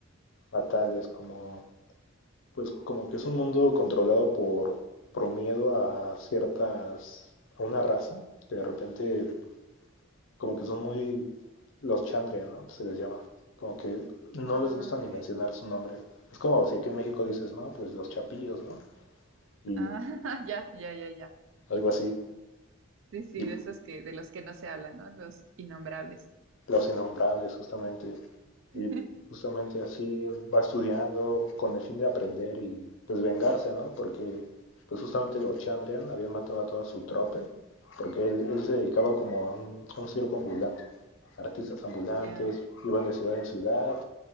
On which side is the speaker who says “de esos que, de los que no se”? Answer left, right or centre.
Right